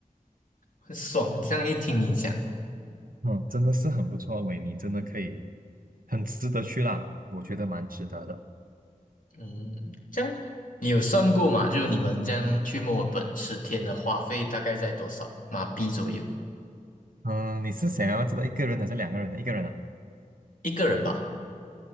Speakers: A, on the left; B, on the right.
A: 很爽。这样一听你讲，
B: 嗯，真的是很不错，维尼真的可以，很值得去啦，我觉得蛮值得的。
A: 嗯，这样你有算过吗？就是你们这样去墨尔本十天的花费大概在多少马币左右？
B: 嗯，你是想要知道一个人的还是两个人的？一个人啊？
A: 一个人吧？